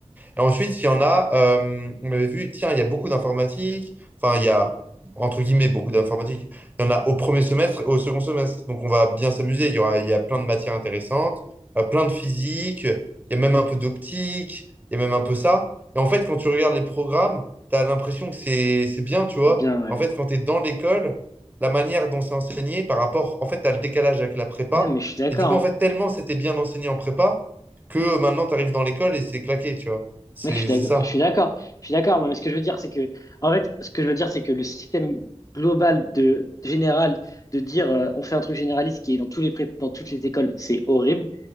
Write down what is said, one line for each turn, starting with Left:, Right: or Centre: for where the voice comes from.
Right: et ensuite, il y en a, euh, on avait vu, tiens, il y a beaucoup d'informatique, enfin, il y a, entre guillemets, beaucoup d'informatique. Il y en a au premier semestre et au second semestre. Donc, on va bien s'amuser. Il y aura, il y a plein de matières intéressantes, euh, plein de physique, il y a même un peu d'optique, il y a même un peu ça. Et en fait, quand tu regardes les programmes, tu as l'impression que c'est, c'est bien, tu vois.
Left: bien ouais.
Right: En fait, quand tu es dans l'école, la manière dont c'est enseigné par rapport, en fait, tu as le décalage avec la prépa.
Left: Ouais, mais je suis d'accord.
Right: Et du coup,
Left: hein.
Right: en fait, tellement c'était bien enseigné en prépa que maintenant, tu arrives dans l'école et c'est claqué, tu vois. C'est
Left: Mec, je suis d'accord,
Right: c'est ça.
Left: je suis d'accord, je suis d'accord. Non, mais ce que je veux dire, c'est que, en fait, ce que je veux dire, c'est que le système global de général de dire euh, on fait un truc généraliste qui est dans tous les pré- dans toutes les écoles, c'est horrible.